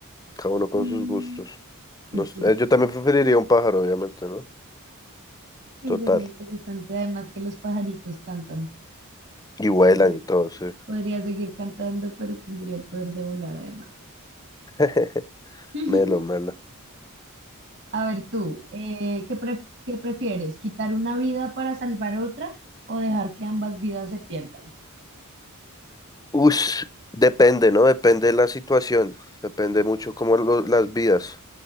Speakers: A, on the left; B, on the right.
A: cada uno con
B: Mm,
A: sus gustos.
B: y
A: No
B: sí,
A: eh, yo también preferiría un pájaro, obviamente, ¿no?
B: sí,
A: Total.
B: sería interesante. Además que los pajaritos cantan.
A: Y vuelan
B: Así
A: y todo, sí.
B: podría seguir cantando, pero tendría el poder de volar además.
A: <laughs>
B: <laughs>
A: Melo, melo.
B: A ver tú, eh, ¿qué pref- qué prefieres? ¿Quitar una vida para salvar otra o dejar que ambas vidas se pierdan?
A: Ush, depende, ¿no? Depende de la situación. Depende mucho como las vidas.